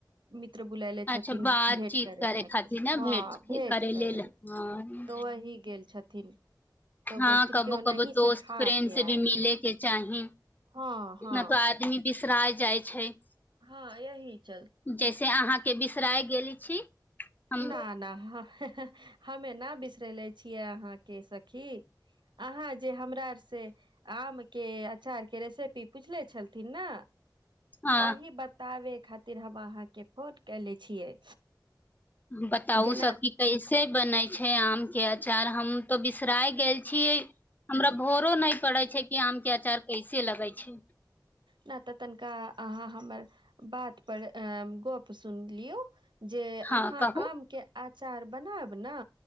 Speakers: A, on the right; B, on the left.
A: मित्र बुलले
B: अच्छा
A: छथिन
B: बातचीत
A: भेट करे खातिर
B: ने
A: हँ
B: भेंट
A: भेट करे ल
B: <unintelligible>
A: तो ओही गेल छथिन तो
B: हँ
A: बोलथिन
B: कबो
A: कि ओनही
B: कबो
A: से
B: दोस्त
A: खा
B: प्रेम
A: के
B: से भी
A: आए
B: मिलेके चाहि
A: हँ हँ
B: <inaudible> ने तऽ आदमी बिसरा जाइ छै
A: हँ
B: <inaudible>
A: यही चलते
B: जैसे अहाँके बिसराय गेल छी हम
A: न ना <unintelligible> हमे नहि बिसरेले छियै अहाँके सखी अहाँ जे हमरा आर से आम के अचार के रेसिपी पूछले छलथिन ने
B: अ
A: ओही बताबै खातिर हम अहाँके फोन कनेे छियै
B: बताउ
A: जेना
B: सखि कैसे बनै छै आम के अचार हम तो बिसराय गेल छियै हमरा भोरो न पड़े छै कि आम के अचार कैसे लगे छै
A: नहि तऽ तनिका अहाँ हमर बात पर अ गप सुन लियौ जे
B: हँ
A: अहाँ
B: कहू
A: आम के अचार बनायब ने